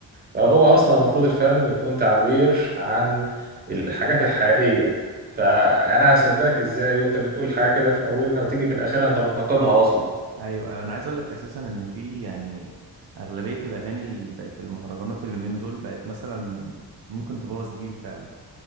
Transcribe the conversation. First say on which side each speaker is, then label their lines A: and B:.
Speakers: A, on the right; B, on the right.
A: فهو اصلا المفروض الفن يكون تعبير عن الحاجات الحقيقيه فانا هصدقك ازاي وانت بتقول حاجه كده في اولها وتيجي في الاخير انت بتناقضها اصلا
B: ايوه ايوه انا عايز اقول لك اساسا ان في يعني اغلبيه الاغاني اللي بقت المهرجانات اللي من دول بقت مثلا ممكن تبوظ جيل فعلا